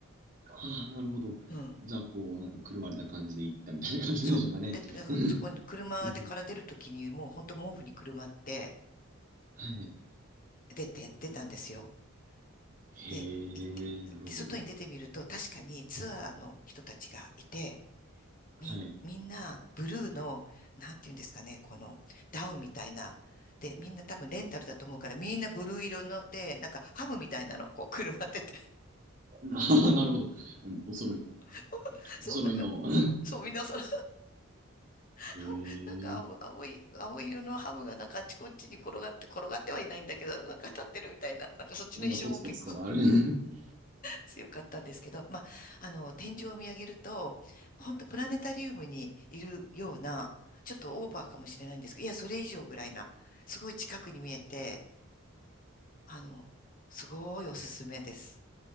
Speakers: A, on the right (about 35°); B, on the left (about 40°).
A: ああ、なるほど。
B: うん。
A: じゃあ、こう、なんか、くるまれた感じで行ったみたいな感じなんでしょうかね。
B: そう。で、だからそこに車でから出るときに、
A: うんうん
B: もう本当毛布にくるまって
A: はい。
B: 出て、出たんですよ。
A: へ
B: で、行って、
A: え、なるほど。
B: で、外に出てみると、確かにツアーの人たちがいて、み、
A: はい。
B: みんな、ブルーの、なんていうんですかね、この、ダウンみたいな。で、みんな多分レンタルだと思うから、みんなブルー色ので、なんかハムみたいなの、こう、くるまってて。
A: <laughs> ああ、なるほど。うんお揃い、
B: <laughs> そう、
A: お揃いの。
B: なんか、
A: <laughs>
B: そう、みんなその、
A: へえ、
B: ハムなんか青、青い、青い色のハムがなんかあっちこっちに転がって、転がってはいないんだけど、なんか立ってるみたいな。なんかそっちの印象も結構
A: なんか、ポツポツとある。<laughs>
B: 強かったんですけど、まあ、あの、天井を見上げると、本当プラネタリウムにいるような、ちょっとオーバーかもしれないんですけど、いや、それ以上ぐらいな、すごい近くに見えて、あの、すごいおすすめです。